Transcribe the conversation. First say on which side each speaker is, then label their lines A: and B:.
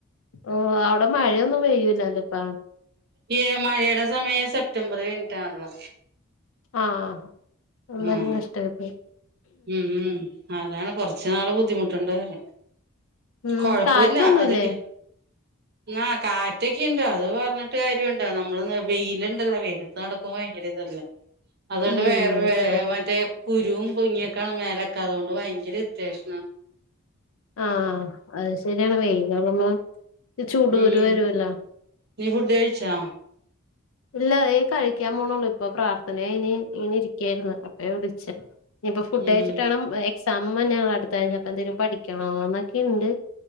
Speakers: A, on the left (about 65°); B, on the right (about 45°).
A: ഓഹ് അവിടെ മഴയൊന്നും പെയ്യൂലല്ല ഇപ്പം
B: ഈ മഴയുടെ സമയം സെപ്റ്റംബറ് കഴിഞ്ഞിട്ടാണല്ലോ
A: ആഹ് എന്താലും
B: ഉം
A: കഷ്ട്ടായിപോയി
B: ഉം ഉം അതാണ് കൊറച്ചു നാള് ബുദ്ധിമുട്ടണ്ടിവരും
A: ഉം
B: കൊഴപ്പില്ല
A: കാറ്റൊന്നുല്ലേ
B: അതൊക്കെ ആ കാറ്റക്കെ ഉണ്ട് അത് പറഞ്ഞിട്ട് കാര്യംണ്ടോ നമ്മള് വെയിലുണ്ടല്ലോ വെയിലത്തു നടക്കുമ്പോ ഭയങ്കര ഇത് അതുകൊണ്ട്
A: ഉം
B: വേറെ
A: ശരിയാ
B: മറ്റേ കുരുവും പൊങ്ങിയൊക്കാണ് മേലൊക്കെ അതുകൊണ്ട് ഭയങ്കര ഉത്യാവേഷ.
A: ആഹ അത് ശരിയാണ് വെയിലള്ളമ്പോ ചൂടൂരു
B: ഉം
A: വരുല്ലോ,
B: നീ ഫുഡ് കഴിച്ചാ?
A: ഇല്ല അ കഴിക്കാൻ പോണള്ളു ഇപ്പൊ പ്രാർത്ഥനകയിന്ന് ഇനി ഇരിക്കായിരുന്നു അപ്പ വിളിച്ച ഇനിയിപ്പൊ ഫുഡ്
B: ഉം
A: കഴച്ചിട്ടാണ് എക്സാം തന്നെയള്ള അടുത്ത ആഴ്ചപ്പ എന്തെങ്കിലും പഠിക്കണോ എന്നൊക്കെുണ്ട്,